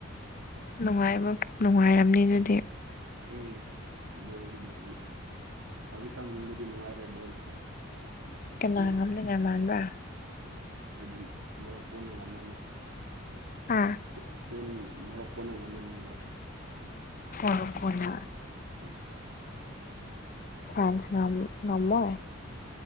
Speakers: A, on the left; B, on the right.
A: ꯅꯨꯡꯉꯥꯏꯕ ꯅꯨꯡꯉꯥꯏꯔꯝꯅꯤ ꯑꯗꯨꯗꯤ
B: ꯎꯝ ꯕꯣꯜꯗꯤ ꯅꯨꯛ ꯅꯤ ꯍꯧꯖꯤꯛꯀꯥꯟ ꯌꯦꯡꯕꯗꯤ ꯅꯨꯡꯉꯥꯏꯔꯦ ꯕꯣꯜꯁꯦ ꯍꯥꯏꯗꯤ
A: ꯀꯅꯥ ꯉꯝꯅꯤꯉꯥꯏ ꯃꯥꯟꯕ꯭ꯔꯥ
B: ꯑꯩꯗꯤ ꯃꯣꯔꯣꯛꯀꯣꯅ ꯉꯝꯃꯅꯤ
A: ꯍꯥ
B: ꯁꯄꯦꯟ ꯃꯣꯔꯣꯛꯀꯣꯅ ꯉꯝꯃꯅꯤꯕ
A: ꯀꯣꯔꯣꯛꯀꯣꯅ
B: ꯎꯝ
A: ꯐ꯭ꯔꯥꯟꯁ ꯉꯝ ꯉꯝꯃꯣ